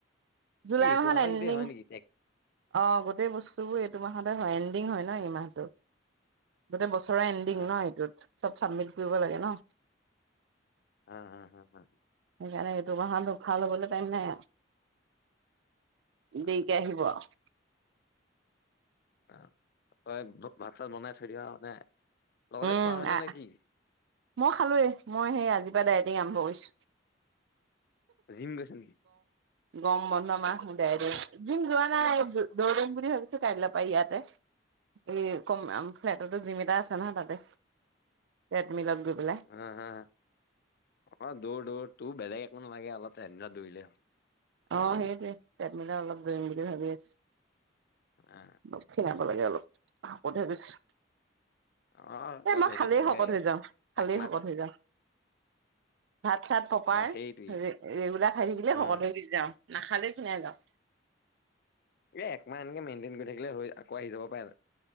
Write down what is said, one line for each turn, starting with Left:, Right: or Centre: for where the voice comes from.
Right: জুলাই
Left: কি
Right: মাহত
Left: তোমালোক
Right: এণ্ডিং
Left: গোটেই হয় নেকি টেক
Right: অ গোটেই বস্তুবোৰ এইটো মাহত- হয় এণ্ডিং হয় ন এই মাহটোত। গোটেই বছৰে এণ্ডিং
Left: আহ
Right: ন এইটোত। চব চাবমিট কৰিব লাগে ন।
Left: উম উম হম হম।
Right: সেইকাৰণে এইটো মাহত উখা লবলে টাইম নাই আৰু।
Left: আহ
Right: দেৰিকে আহিব আৰু।
Left: আহ তই ভাত চাত বনাই থৈ দিবা মানে লগতে
Right: উম
Left: খোৱা হয়'নে
Right: আহ
Left: নে কি।
Right: মই খালোঁৱেই মই সেই আজিৰ পৰা ডায়টিং আৰম্ভ কৰিছোঁ।
Left: জিম গৈছ নেকি?
Right: গৰম বন্ধ মাহ জিম যোৱা- নাই দৌ কৰিম বুলি ভাবিছো কাইলৈ পৰা ইয়াতে। এই কম ফ্লেটতো জিম এটা আছে। তাতে। ট্ৰেডমিলত গৈ পেলাই
Left: অ হা অ দৌৰ দৌৰ তু বেলেগ- একো নালাগে অলপ <unintelligible> দৌৰিলে হ'ল।
Right: অ' সেইটোৱে তাত মিলে অলপ দৰিম বুলি ভাবি আছো।
Left: অ
Right: অলপ খিনাব লাগে অলপ শকত হৈ গৈছোঁ।
Left: অ অলপ
Right: এ মই
Left: সেইটো
Right: খালেই
Left: তেনেকে
Right: শকত হৈ যাওঁ, খালেই
Left: একমাহ
Right: শকত হৈ যাওঁ। ভাত চাত প্ৰপাৰ
Left: অ সেইটোৱেই
Right: ৰেগুলাৰ খাই থাকিলে
Left: উম
Right: শকত হৈ - যাওঁ। নাখালেই খিনাই যাওঁ।
Left: এই একমাহ এনেকে মেইনটেইন কৰি থাকিলে হৈ আকৌ আহি যাব পাৰে।